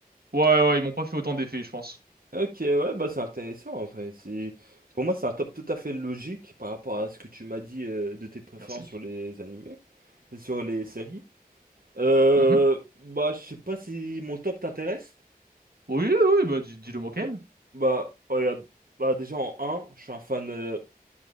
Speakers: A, on the right (about 85°); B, on the right (about 70°).
A: Ouais, ouais, ils m'ont pas fait autant d'effets, je pense.
B: Ok, ouais, bah c'est intéressant en fait. C'est pour moi c'est un top tout à fait logique par rapport à ce que tu m'as dit euh, de tes préférences
A: Merci.
B: sur les animés, sur les séries. Euh,
A: Mhm.
B: bah je sais pas si mon top t'intéresse.
A: Oui, oui, bah, dis, le moi
B: Ok.
A: quand même.
B: Bah oh, regarde, bah déjà en un je suis un fan euh,